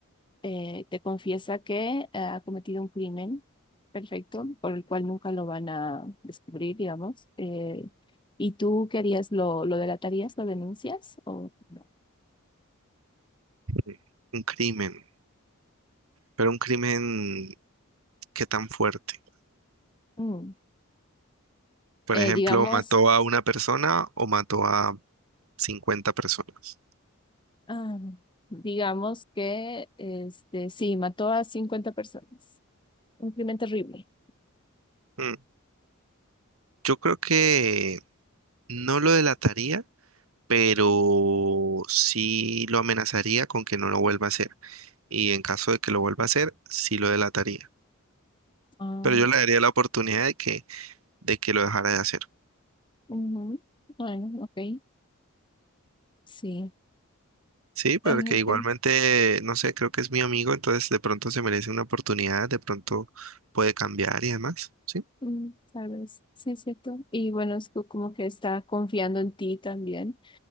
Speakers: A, on the left (about 25°); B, on the right (about 75°).
A: eh, te confiesa que eh, ha cometido un crimen, perfecto, por el cual nunca lo van a descubrir, digamos. eh, ¿y tú querías lo, lo delatarías, lo denuncias o no?
B: Sí. Un crimen, pero un crimen qué tan fuerte.
A: Mm,
B: Por
A: eh,
B: ejemplo,
A: digamos...
B: mató a una persona o mató a 50 personas.
A: Ah, digamos que este, sí, mató a 50 personas. Un crimen terrible.
B: Mm. Yo creo que no lo delataría, pero sí lo amenazaría con que no lo vuelva a hacer. Y en caso de que lo vuelva a hacer, sí lo delataría.
A: Ah,
B: Pero yo le daría la oportunidad de que, de que lo dejara de hacer.
A: ujú. Bueno, ok, sí.
B: Sí, pero
A: Ah,
B: que
A: ok,
B: igualmente, no sé, creo que es mi amigo, entonces de pronto se merece una oportunidad, de pronto puede cambiar y demás. Sí,
A: mm, tal vez, sí es cierto. Y bueno, es co- como que está confiando en ti también.